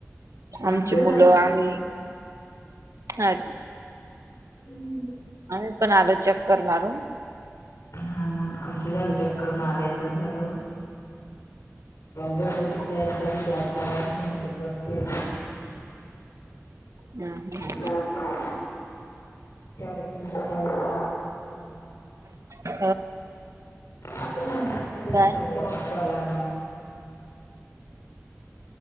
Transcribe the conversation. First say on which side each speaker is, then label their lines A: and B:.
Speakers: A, on the right; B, on the left.
A: आमची
B: आमचं
A: मुलं
B: झालं फिरून.
A: आम्ही हा.
B: हम्म.
A: आम्ही पण आलो चक्कर मारून.
B: हा ना आमच झाल चक्कर मारायचं झालं. ज कैसेल कधी ते आता अस म्हण ते करते.
A: हम्म हम्म
B: हं हं. त्यामुळे तुमचा कॉल बघा <inaudible>
A: अ
B: आता नंतर करती
A: काय?
B: कॉलाला